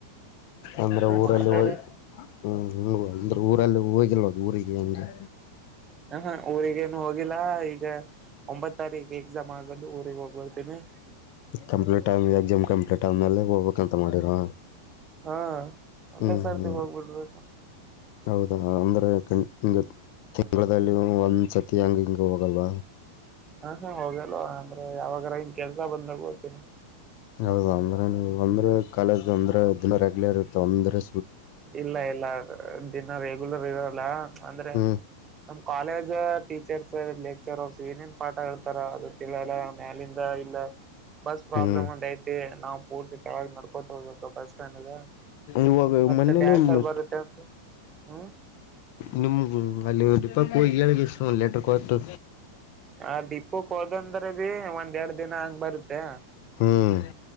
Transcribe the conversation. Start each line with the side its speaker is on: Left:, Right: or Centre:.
Left: ಅಂದ್ರೆ
Right: ಅದೇ
Left: ಊರಲ್ಲಿ
Right: ಮಾಡ್ತಾರಿ
Left: ಹ ಹ್ಮ್ ಹಂಗ ಅಂದ್ರ ಊರಲ್ಲಿ ಹೋಗಿಲ್ವ ಊರಿಗೆ ಹಾಗೇ
Right: ಹ ಊರಿಗೇನು ಹೋಗಿಲ್ಲಾ ಈಗ ಒಂಬತ್ ತಾರೀಕ ಎಕ್ಸಾಮ್ ಆಗೊಂಡು ಊರಿಗೆ ಹೋಗ್ಬರ್ತೀನಿ
Left: ಕಂಪ್ಲೀಟ್ ಆ ಎಕ್ಸಾಮ್ ಕಂಪ್ಲೀಟ್ ಆದ್ಮೇಲೆ ಹೋಗ್ಬೇಕು ಅಂತ ಮಾಡಿರ
Right: ಹಾ ಅಂದೇ
Left: ಹ್ಮ್
Right: ಸರ್ತಿ
Left: ಹ್ಮ್
Right: ಹೋಗ್ಬಿಡ್ಬೇಕಾ
Left: ಹೌದಾ ಅಂದ್ರೆ ಯಕ ಹಿಂಗ ತಿಂಗಳದಲ್ಲಿ ಒಂದ್ಸತಿ ಹಂಗ ಹಿಂಗ ಹೋಗಲ್ವಾ
Right: ಹಾ ಹಾ ಹೋಗಲ್ ಅಂದ್ರೆ ಯಾವಾಗ್ರ ಹಿಂಗ್ ಕೆಲ್ಸ ಬಂದಾಗ ಹೊತ್ತಿನಿ
Left: ಹೌದ ಅಂದ್ರೆ ಒಂದ್ರೆ ಕಾಲೇಜ್ ಒಂದ್ರೆ ದಿನ ರೆಗ್ಯುಲರ್ ಇತ ಒಂದ್ರೆ
Right: ಇಲ್ಲ ಇಲ್ಲ ದಿನ ರೆಗ್ಯುಲರ್ ಇರಲ್ಲ ಅಂದ್ರೆ
Left: ಹ್ಮ್
Right: ನಮ್ ಕಾಲೇಜ್ ಟೀಚರ್ಸ್ ಲೆಕ್ಚರ್ಸ್ ಏನೇನ್ ಪಾಠ ಹೇಳ್ತಾರ ತಿಳಿಯೇಲ ಮೆಲಿಂದ ಇಲ್ಲ ಬಸ್ ಪ್ರಾಬ್ಲಮ್
Left: ಹ್ಮ್
Right: ಒಂದ ಐತಿ ನಾವು ಪೂರ್ತಿ ತಳವಾಗಿ ನಡ್ಕೋತ ಹೋಗ್ಬೇಕ ಬಸ್ ಸ್ಟ್ಯಾಂಡ್ಗ
Left: ಇವಾಗ
Right: ಮತ್ತೆ
Left: ಮೊನ್ನೆ
Right: ಡ್ಯಾನ್ಸರ್
Left: ನಿಮವು
Right: ಬರುತ್ತೆ ಅಂತ ಹ್ಮ್
Left: ನಿಮ್ ದೀಪೋಕೇ ಹೋಗಿ ಒಂದು ಲೆಟರ್ ಕೊಟ್ಟು
Right: ಆ ಡಿಪೋಕ್ ಹೋದಂದ್ರ ಭೀ ಒಂದ್ ಎರಡ್ ದಿನ ಹಂಗ್ ಬರುತ್ತೆ
Left: <unintelligible>